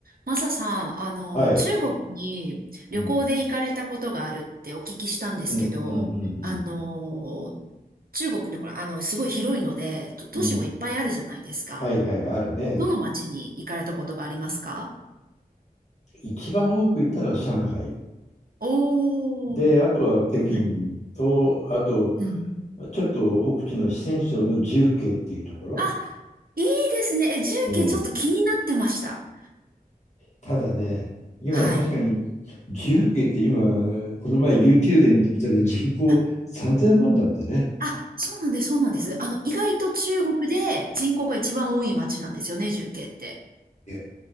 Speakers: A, on the right; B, on the left.
A: マサさん、あの、
B: はい。
A: 中国に旅行で行かれたことがあるってお聞きしたんですけど、
B: うん。うん、うん、う
A: あの、
B: ん、
A: 中国でほら、あの、すごい広いので、と都市もいっぱいあるじゃないですか。
B: うん。うんはいはい、あるね。
A: どの町に行かれたことがありますか
B: 一番多く行ったのは上海。
A: おー。
B: で、あとは北京と、
A: はい。
B: あと、
A: うん。
B: ちょっと奥地の四川省の重慶っていうところ。
A: あ、いいですね。え、重慶ちょっと気になってました。
B: うん。ただね、今確かに重慶って今、
A: はい。
B: この前 YouTube で見たら人口3000万だってね。
A: あ、あそうなんです、そうなんです。あの、意外と中国で人口が一番多い町なんですよね、重慶って。
B: いや